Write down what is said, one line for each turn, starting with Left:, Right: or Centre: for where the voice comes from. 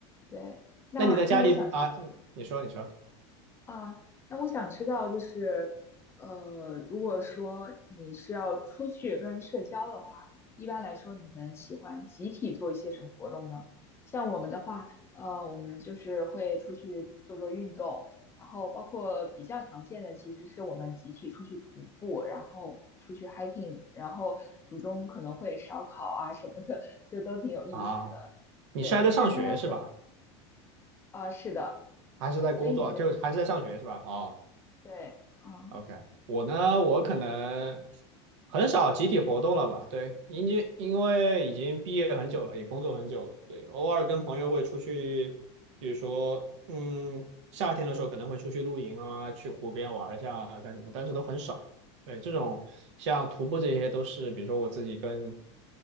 Left: 对，那那我想去。
Right: 那你在家里啊？你说，你说
Left: 啊，那我想知道，就是，呃，如果说你是要出去跟人社交的话，一般来说你们喜欢集体做一些什么活动呢？像我们的话，呃，我们就是会出去做做运动，然后包括比较常见的，其实是我们集体出去徒步，然后出去 hiking，然后途中可能会烧烤啊什么的，就都挺有意思的。
Right: 啊，你是还在上学是吧？
Left: 对，你会参加这种？啊，是的，
Right: 还是在工作？
Left: 所以你会，
Right: 就是还是在上学是吧？哦，
Left: 对，嗯。
Right: OK，我呢，我可能很少集体活动了吧？对，因为因为已经毕业很久了，也工作很久了。对，偶尔跟朋友会出去，比如说，嗯，夏天的时候可能会出去露营啊，去湖边玩一下啊，干什么，但是都很少。对，这种像徒步这些都是，比如说我自己跟